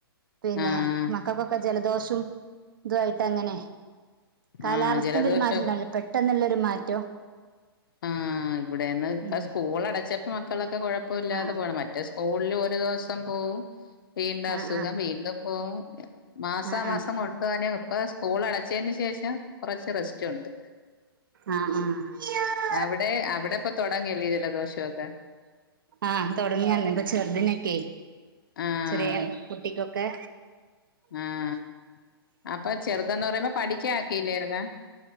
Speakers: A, on the right (about 55°); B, on the left (about 60°).
A: പിന്നെ
B: ആഹ്
A: മക്കക്കൊക്കെ ജലദോഷും ഇതു ആയിട്ടങ്ങനെ കാലാവസ്ഥന്റെ
B: ആഹ് ജലദോഷം
A: ഒരു മാറ്റം ഉണ്ടാവുല്ലേ പെ ട്ടെന്നുള്ളൊരു മാറ്റം
B: ആഹ് ഇവിടേന്ന് ഇപ്പ
A: ഉം
B: സ്കൂൾ അടച്ചപ്പ മക്കളൊക്കെ കുഴപ്പൊ ല്ലാതെ
A: ആ
B: പോണ്. മറ്റേ സ്കൂളിൽ ഒരു ദിവസം പോവും, വീണ്ടും
A: ആ
B: അസുഖം
A: ആ ആ
B: വീണ്ടും പോവും മാസാ
A: ആ ആ
B: മാസം കൊണ്ടുവാന് ഇപ്പ സ്കൂൾ അടച്ചതിന് ശേഷം കുറച്ച് റെസ്റ്റ് ഉണ്ട്
A: ആഹ് ഹാ
B: അവിടെ അവിടെ പ്പൊ തൊടങ്ങില്ലെ ജലദോഷൊക്കെ.
A: ആഹ് തൊടങ്ങിയന്ന്. പ്പ ചെറുതിനൊക്കെ
B: ആഹ്
A: ചെറ്യേ കുട്ടിക്കൊക്കെ
B: ആഹ്, അപ്പൊ ചെറുതന്ന് പറയുമ്പോ പഠിക്യാ ആക്കിയില്ലായിരുന്ന